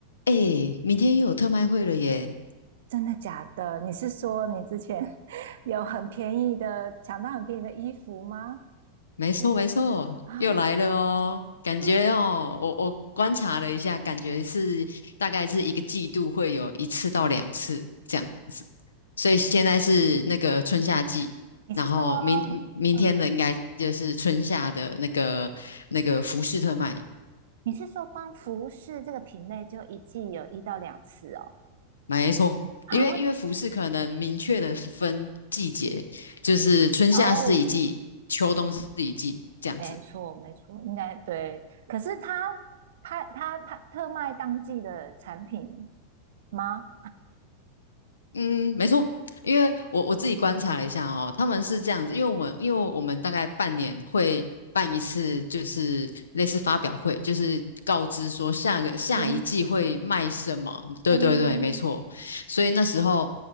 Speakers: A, on the left; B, on the right.
A: 哎，明天又有特卖会了耶！
B: 真的假的？你是说你之前 <laughs> 有很便宜的，抢到很便宜的衣服吗？
A: 没错，
B: 嗯
A: 没错，
B: 啊，
A: 又来了哦。感觉哦，
B: 是，
A: 我我观察了一下，感觉是大概是一个季度会有一次到两次这样子。所以现在是那个春夏季，
B: 你是说，
A: 然后明明天的应该就是春夏的那个那个服饰特卖。
B: 嗯，你是说光服饰这个品类就一季有一到两次哦？
A: 没错，
B: 啊，
A: 因为因为服饰可能明确的分季节，就是春夏是一季，
B: 哦，
A: 秋冬是一季这样子。
B: 没错，没错，应该对。可是他拍他拍特卖当季的产品吗？
A: 嗯，没错，因为我我自己观察了一下哦，他们是这样子，因为我们因为我们大概半年会办一次，就是类似发表会，就是告知说下个下一季会卖什么。
B: 新品？
A: 对对对，
B: 嗯
A: 没错。所以那时候